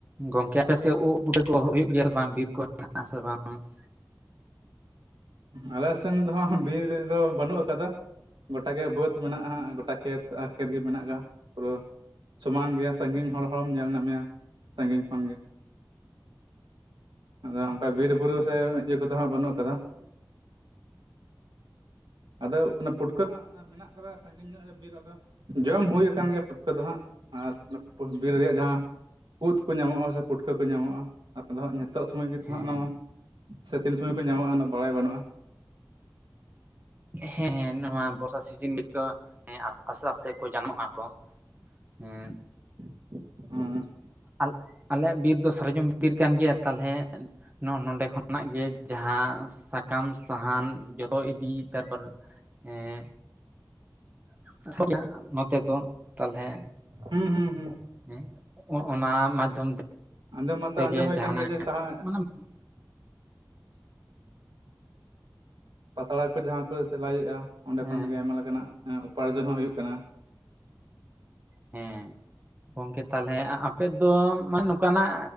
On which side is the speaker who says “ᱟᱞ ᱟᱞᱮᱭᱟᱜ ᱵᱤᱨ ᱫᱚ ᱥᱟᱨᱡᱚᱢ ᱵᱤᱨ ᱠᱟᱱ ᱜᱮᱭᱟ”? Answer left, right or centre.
Right